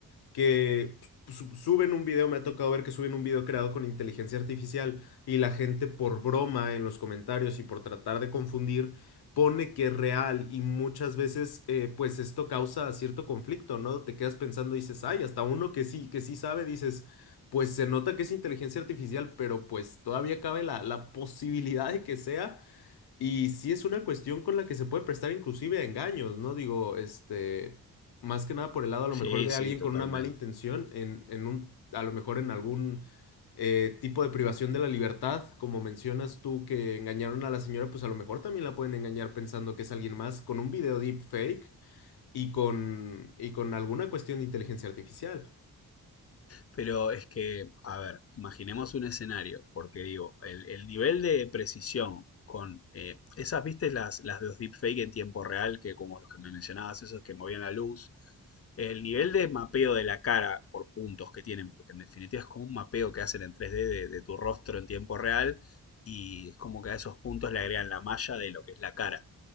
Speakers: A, on the left; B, on the left.
A: que su- suben un video, me ha tocado ver que suben un video creado con inteligencia artificial y la gente por broma en los comentarios y por tratar de confundir pone que es real y muchas veces eh, pues esto causa cierto conflicto, ¿no? Te quedas pensando y dices, ay, hasta uno que sí, que sí sabe, dices, pues se nota que es inteligencia artificial, pero pues todavía cabe la, la posibilidad de que sea. Y sí es una cuestión con la que se puede prestar inclusive a engaños, ¿no? Digo, este, más que nada por el lado a lo
B: Sí,
A: mejor de
B: sí,
A: alguien
B: totalmente.
A: con una mala intención, en, en un, a lo mejor en algún eh, tipo de privación de la libertad, como mencionas tú que engañaron a la señora, pues a lo mejor también la pueden engañar pensando que es alguien más con un video deepfake y con, y con alguna cuestión de inteligencia artificial.
B: Pero es que, a ver, imaginemos un escenario, porque digo, el, el nivel de precisión con eh, esas, viste, las, las de los deepfake en tiempo real, que como los que me mencionabas, esos que movían la luz, el nivel de mapeo de la cara por puntos que tienen, porque en definitiva es como un mapeo que hacen en 3D de, de tu rostro en tiempo real, y es como que a esos puntos le agregan la malla de lo que es la cara.